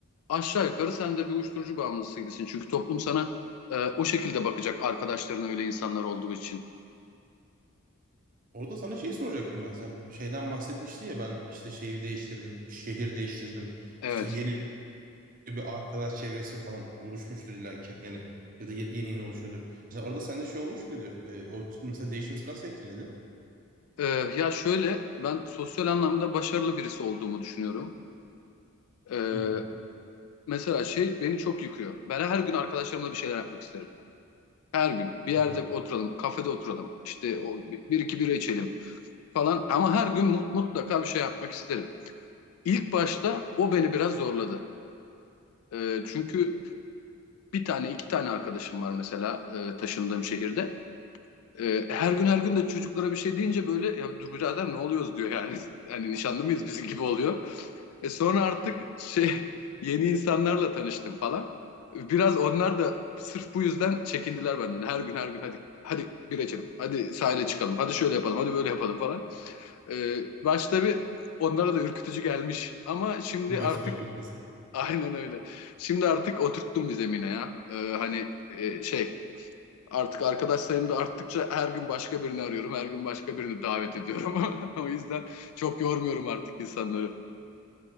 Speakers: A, on the left (about 75°); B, on the right (about 40°).
A: aşağı yukarı sen de bir uyuşturucu bağımlısı gibisin. Çünkü toplum sana e, o şekilde bakacak arkadaşların öyle insanlar olduğu için.
B: Orada sana şeyi soracaktım ben. Sen şeyden bahsetmiştin ya ben işte şeyi değiştirdim, şehir değiştirdim.
A: Evet.
B: İşte yeni bir arkadaş çevresin falan oluşmuştur illaki. Yani ya da ye- yeni yeni oluşuyordur. Mesela orada sende şey olmuş muydu? Ee, o mesela değişim seni nasıl etkiledi?
A: E, ya şöyle ben sosyal anlamda başarılı birisi olduğumu düşünüyorum. E,
B: Hı hı.
A: mesela şey beni çok yıkıyor. Ben her gün arkadaşlarımla bir şeyler yapmak isterim. Her gün bir yerde
B: Hı.
A: oturalım, kafede oturalım, işte o bir bir iki bira içelim. falan ama her gün mut- mutlaka bir şey yapmak isterim. İlk başta o beni biraz zorladı. Ee, çünkü bir tane iki tane arkadaşım var mesela e, taşındığım şehirde. Ee, her gün her gün de çocuklara bir şey deyince böyle ya dur birader ne oluyoruz diyor yani. <laughs> Hani nişanlı mıyız bizim gibi oluyor. E, sonra artık şey <laughs> yeni insanlarla tanıştım falan. Biraz onlar da sırf bu yüzden çekindiler benden. Her gün her gün hadi hadi bir içelim. Hadi sahile çıkalım. Hadi şöyle yapalım. Hadi böyle yapalım falan. Ee, başta bir onlara da ürkütücü gelmiş ama şimdi
B: Göz
A: artık
B: korkutması.
A: <laughs> aynen öyle. Şimdi artık oturttum bir zemine ya. Ee, hani e, şey artık arkadaş sayım da arttıkça her gün başka birini arıyorum. Her gün başka birini davet ediyorum. <laughs> O yüzden çok yormuyorum artık insanları.